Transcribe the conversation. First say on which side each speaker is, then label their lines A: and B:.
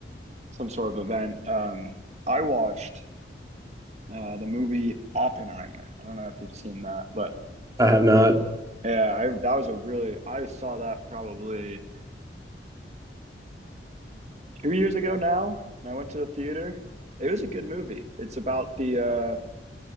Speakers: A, on the right; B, on the right.
A: some sort of event. Um, I watched uh, the movie Oppenheimer. I don't know if you've seen that, but
B: I have not.
A: yeah, I, that was a really I saw that probably two years ago now, and I went to the theater. It was a good movie. It's about the uh,